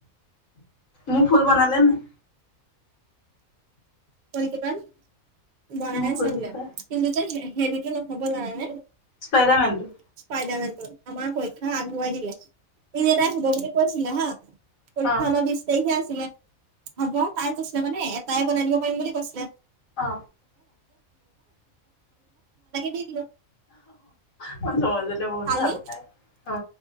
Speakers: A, on the left; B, on the right.
A: মোৰ ফুল বনালে নে?
B: কল কেইটান বনাই
A: মোৰ
B: আছে
A: ফুল
B: বোলে
A: কিপা
B: কিন্তু যে হেৰিটো নহব জানানে।
A: স্পাইডাৰমেন টো
B: ইস্পায়দায় মেন্তো <unintelligible> আমাৰ পৰীক্ষা আগুৱাই দিলে। ইনি এটাই হব বুলি কৈছিলে হা পৰীক্ষা
A: অ
B: আমাৰ বিশ তাৰিখে আছিলে। হ'ব তাই কৈছিলে মানে এটাই বনাই দিব পাৰিম বুলি কৈছিলে
A: অ
B: নগলো। <unintelligible>
A: মজ মজলে বহুল
B: কালি
A: ভাল পায় অ